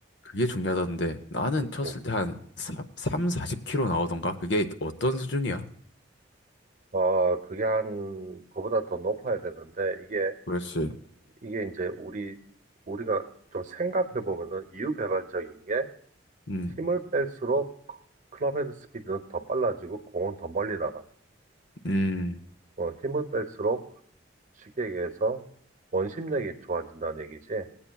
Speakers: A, on the left (about 60°); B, on the right (about 40°).
A: 그게 중요하던데 나는
B: 그치.
A: 쳤을 때 한 3, 40 킬로 나오던가 그게 어떤 수준이야?
B: 어, 그게 한, 그보다 더 높아야 되는데, 이게,
A: 그렇지.
B: 이게 이제 우리, 우리가 좀 생각해 보면은 이유배반적인 게
A: 음,
B: 힘을 뺄수록 클럽 헤드 스피드는 더 빨라지고 공은 더 멀리 나가.
A: 음,
B: 어, 힘을 뺄수록 쉽게 얘기해서 원심력이 좋아진다는 얘기지.